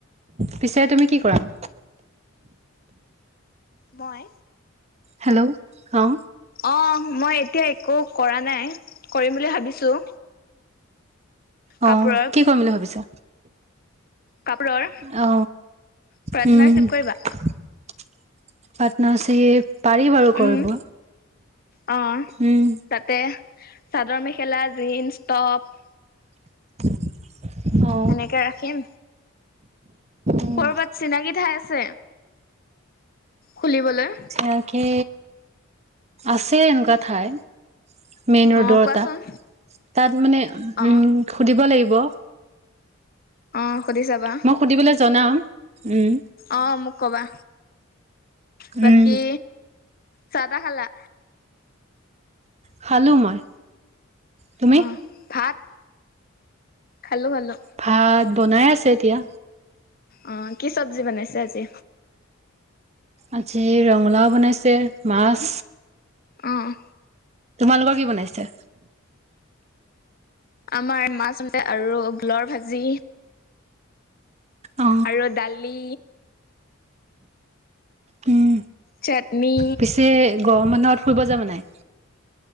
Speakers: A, on the right; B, on the left.
A: পিছে তুমি কি কৰা নো?
B: মই
A: হেল্ল' অ!
B: অ মই এতিয়া একো কৰা নাই কৰিম বুলি ভাবিছো।
A: অ
B: কাপোৰৰ
A: কি কৰিম বুলি ভাবিছা
B: কাপোৰৰ
A: অ
B: পাৰ্টনাৰশ্বিপ
A: হম
B: কৰিবা?
A: পাৰ্টনাৰ্শ্বিপ পাৰি বাৰু
B: উম
A: কৰিব
B: অ
A: উম
B: তাতে চাদৰ মেখেলা জিন্স টপ
A: <inaudible> অ
B: সেনেকে ৰাখিম
A: উম
B: কৰবাত চিনাকি ঠাই আছে খুলিবলৈ
A: চিনাকি আছে এনেকুৱা ঠাই মেইন ৰোডৰ
B: অ কোৱাচোন।
A: এটা তাত মানে
B: অ
A: উম সুধিব লাগিব -ব
B: অ সুধি চাবা।
A: মই সুধিবলে জনাম উম
B: অ মোক কবা বাকী
A: উম
B: চাহ তাহ খালা
A: খালো মই তুমি
B: অ ভাত খালো খালো
A: ভাত বনাই আছে এতিয়া
B: অ কি চব্জি বনাইছে আজি
A: আজি ৰঙালাও বনাইছে মাছ
B: অঁ
A: তোমালোকৰ কি বনাইছে
B: আমাৰ মাছ আ <unintelligible> আৰু ভোলৰ ভাজি
A: অ
B: আৰু দালি
A: উম
B: চাটনি
A: পিছে গৰম বন্ধত ফুৰিব যাবা নাই